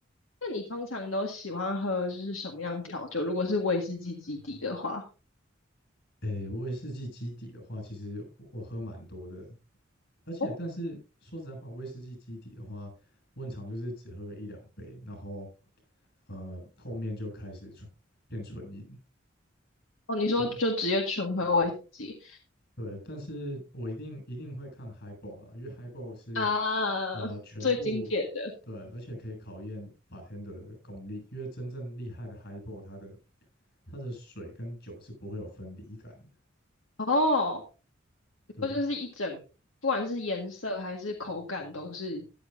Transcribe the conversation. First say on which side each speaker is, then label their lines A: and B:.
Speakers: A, on the left; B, on the left.
A: 那你通常都喜欢喝就是什么样的调酒？如果是威士忌基底的话，
B: 诶，威士忌基底的话，其实我我喝蛮多的，而且，
A: 哦，
B: 但是说实在话，威士忌基底的话，我很常就是只喝个一两杯，然后呃后面就开始纯变纯饮。
A: 哦，你说就直接纯喝威士忌
B: 对对，但是我一定一定会看 highball 啊，因为 highball 是
A: 啊，
B: 呃全部对，
A: 最经典的
B: 而且可以考验 bartender 的功力，因为真正厉害的 highball 它的它的水跟酒是不会有分离感的。
A: 哦，你说就是一整，
B: 对，
A: 不管是颜色还是口感都是